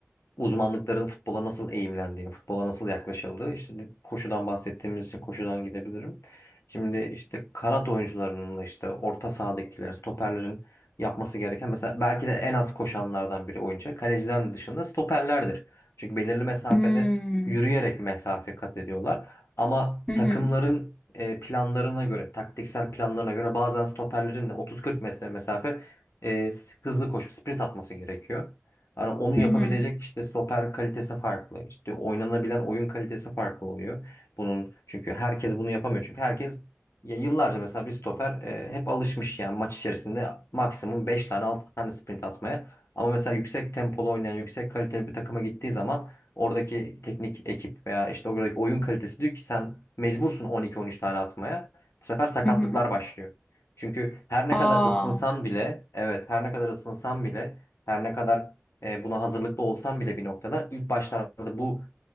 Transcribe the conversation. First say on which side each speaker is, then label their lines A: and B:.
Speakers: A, on the left; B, on the left.
A: uzmanlıkların futbola nasıl eğimlendiğini, futbola nasıl yaklaşıldığı. İşte koşudan bahsettiğimiz için koşudan gidebilirim. Şimdi işte kanat oyuncularının da işte orta sahadakilerin, stoperlerin yapması gereken mesela belki de en az koşanlardan biri oyuncu. Kaleciden dışında stoperlerdir. Çünkü belirli mesafede
B: Hmm.
A: yürüyerek mesafe kat ediyorlar. Ama
B: Hı hı.
A: takımların e, planlarına göre, taktiksel planlarına göre bazen stoperlerin de 30-40 metre mesafe e, hızlı koşup sprint atması gerekiyor. Hani onu yapabilecek
B: Hı hı.
A: işte stoper kalitesi farklı. İşte oynanabilen oyun kalitesi farklı oluyor. Bunun çünkü herkes bunu yapamıyor. Çünkü herkes ya yıllarca mesela bir stoper e, hep alışmış yani maç içerisinde maksimum 5 tane 6 tane sprint atmaya. Ama mesela yüksek tempolu oynayan, yüksek kaliteli bir takıma gittiği zaman oradaki teknik ekip veya işte oradaki oyun kalitesi diyor ki sen mecbursun on iki on üç tane atmaya. Bu sefer sakatlıklar
B: Hı hı.
A: başlıyor. Çünkü her ne
B: Aa.
A: kadar ısınsan bile, evet her ne kadar ısınsan bile her ne kadar e, buna hazırlıklı olsan bile bir noktada ilk başlarda bu